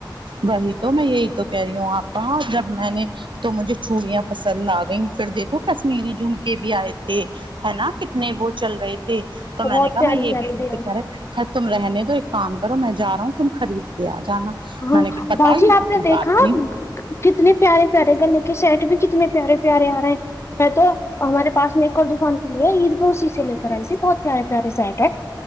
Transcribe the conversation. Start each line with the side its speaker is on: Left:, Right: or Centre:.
Right: وہی تو میں یہی تو کہہ رہی ہوں آپ کا جب میں نے تو مجھے چوڑیاں پسند آ گئیں پھر دیکھو کشمیری جھمکے بھی آئے تھے ہے نا کتنے وہ چل رہے تھے تو
Left: بہت
Right: میں نے کہا
Left: پیاری
Right: میں یے
Left: پیاری
Right: بھی لو
Left: دے
Right: تو کہہ رہے تم رہنے دو ایک کام کرو میں جا رہا ہوں تم خرید کے آ جانا
Left: ہاں
Right: میں نے کہا بتاؤ
Left: باجی
Right: یہ
Left: آپ
Right: تو کوئی
Left: نے دیکھا
Right: بات نہیں
Left: کتنے پیارے پیارے گلے کے سیٹ بھی کتنے پیارے پیارے آ رہے ہیں میں تو ہمارے پس میں ایک اور دکان کھلی ہے عید پے اسی سے لے کر آئی تھی بہت پیارے پیارے سیٹ ہیں